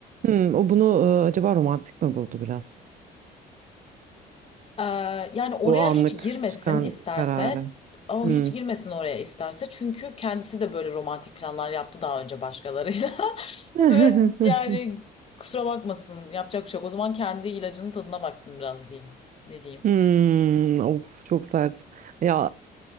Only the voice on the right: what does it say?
Hmm, o bunu e, acaba romantik mi buldu biraz?
Bu anlık
çıkan
kararı.
Hmm.
<laughs>
Hmm, of çok sert. Ya